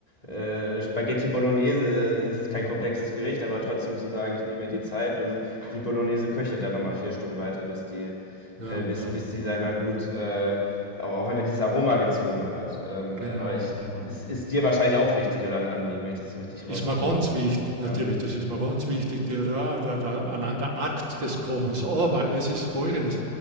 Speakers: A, on the left; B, on the right.
A: äh, Spaghetti Bolognese äh, es ist kein komplexes Gericht, aber trotzdem zu sagen, ich nehme mir die Zeit und die Bolognese köchelt dann nochmal vier Stunden weiter, bis die,
B: Ja,
A: äh, bis,
B: ja,
A: bis die, sag ich mal, gut, äh, auch, auch einfach dieses Aroma gezogen hat. Ähm,
B: genau,
A: äh, aber ich,
B: genau.
A: es ist dir wahrscheinlich auch wichtig oder ein Anliegen, wenn ich das so richtig
B: Ist
A: raushöre.
B: mir ganz wichtig, natürlich,
A: Ja.
B: das ist mir ganz wichtig, der, der, der, der, allein der Akt des Kochens. Aber es ist Folgendes,